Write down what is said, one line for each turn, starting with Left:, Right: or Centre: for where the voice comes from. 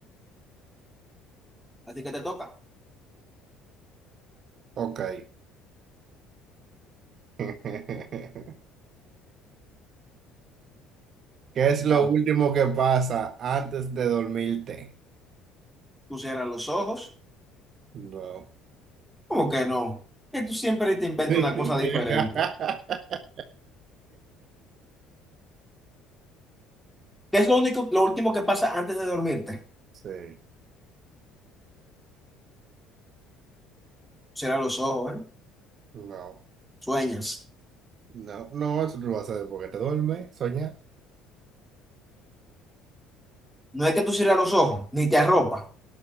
Centre: Así que te toca.
Right: Ok. <laughs> ¿Qué es lo
Centre: Vamos.
Right: último que pasa antes de dormirte?
Centre: Tú cierras los ojos.
Right: No.
Centre: ¿Cómo que no? Que tú siempre te inventas
Right: <laughs>
Centre: una cosa diferente. ¿Qué es lo único, lo último que pasa antes de dormirte?
Right: Sí.
Centre: Cierra los ojos, ¿eh?
Right: No.
Centre: Sueñas.
Right: No, no, eso tú lo vas a hacer porque te duermes, soñar.
Centre: No es que tú cierras los ojos, ni te arropa.